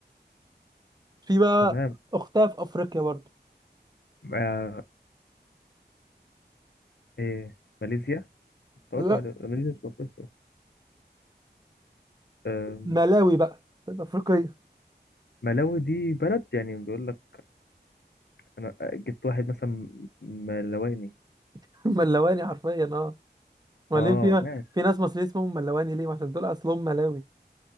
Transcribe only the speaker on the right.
في بقى
اختها في افريقيا برضو
لا
ملاوي بقى بتاعت افريقيا
<laughs> ملواني حرفيا اه وبعدين
في
في ناس مصريين اسمهم ملواني ليه عشان دول اصلهم ملاوي